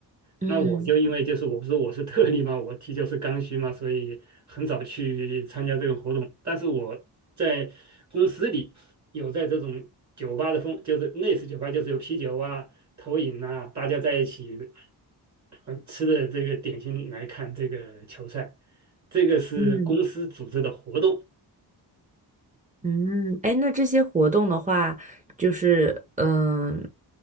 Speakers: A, on the right (about 20°); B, on the right (about 40°).
A: 嗯
B: 那我就因为就是我不是我是特例嘛，我踢球是刚需嘛，所以很少去参加这个活动。但是我在公司里有在这种酒吧的风，就是类似酒吧，就是有啤酒啊、投影啊，大家在一起呃吃的这个点心来看这个球赛，这个是公司组织的活动。
A: 嗯嗯，哎，那这些活动的话，就是嗯，